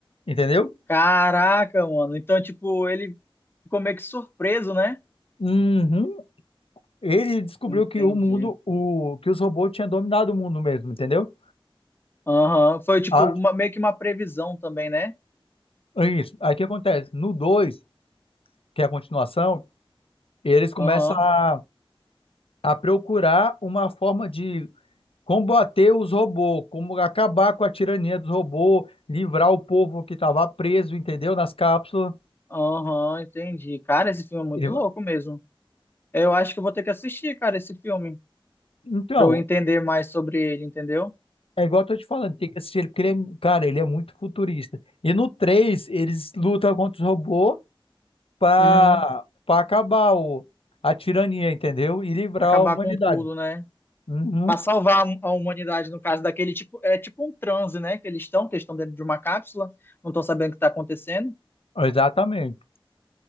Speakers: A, on the left; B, on the left.
A: entendeu?
B: Caraca, mano. Então, tipo, ele ficou meio que surpreso, né?
A: Uhum. Ele descobriu
B: Entendi.
A: que o mundo, o, que os robôs tinham dominado o mundo mesmo, entendeu?
B: Aham. Foi, tipo,
A: Ah,
B: uma- meio que uma previsão também, né?
A: isso. Aí o que acontece? No 2 que é a continuação, eles começam
B: Aham,
A: a, a procurar uma forma de combater os robôs, como acabar com a tirania dos robôs, livrar o povo que estava preso, entendeu? Nas cápsulas.
B: aham, entendi. Cara, esse filme é muito
A: Ele va-
B: louco mesmo. Eu acho que eu vou ter que assistir, cara, esse filme,
A: Então,
B: pra eu entender mais sobre ele, entendeu?
A: é igual eu tô te falando, tem que assistir ele, porque ele é, cara, ele é muito futurista. E no 3 eles lutam contra os robôs para
B: Uhum.
A: para acabar o, a tirania, entendeu? E livrar
B: Acabar
A: a humanidade.
B: com tudo, né?
A: Uhum,
B: Pra salvar a humanidade, no caso daquele tipo, é tipo um transe, né? Que eles estão, que eles estão dentro de uma cápsula, não estão sabendo o que tá acontecendo.
A: exatamente.